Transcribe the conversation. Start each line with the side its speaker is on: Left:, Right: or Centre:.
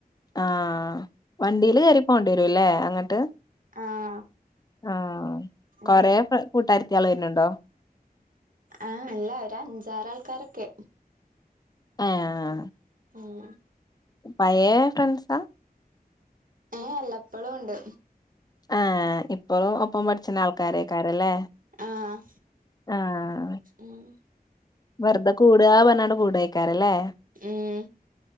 Left: ആഹ് വണ്ടിയില് കേയറി പോണ്ടി വരുല്ലേ അങ്ങട്ട്
Right: ആഹ്
Left: ആഹ്
Right: ഉം
Left: കൊറെ <unintelligible> കൂട്ടാരത്തി ആൾ വരുന്നുണ്ടോ
Right: ആഹ് ഇല്ല ഒരു അഞ്ചാറാൾക്കാരൊക്കെ
Left: ഏഹ്
Right: ഉം
Left: പയെ ഫ്രണ്ട്സാ
Right: ഏ അല്ല എപ്പോഴും ഇണ്ട്
Left: ആഹ് ഇപ്പഴും ഒപ്പം പഠിച്ണ ആൾക്കാരേക്കാാരല്ലേ
Right: ആഹ്
Left: ആഹ്
Right: ഉം
Left: വെറുതെ കൂടാ പറ്ണാണ്ട് കൂടയ്ക്കാരല്ലേ
Right: ഉം